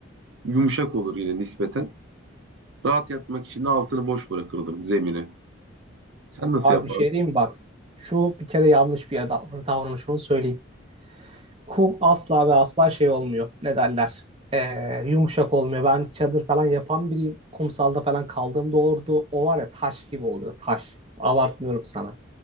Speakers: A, on the right; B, on the right.
A: yumuşak olur yine nispeten. Rahat yatmak için de altını boş bırakırdım zemine. Sen nasıl
B: Abi
A: yapardın?
B: bir şey diyeyim mi? bak. Şu bir kere yanlış bir dav- davranış onu söyleyeyim. Kum asla ve asla şey olmuyor. Ne derler? Ee, yumuşak olmuyor. Ben çadır falan yapan biriyim. Kumsalda falan kaldığımda orada o var ya taş gibi oluyor. Taş. Abartmıyorum sana.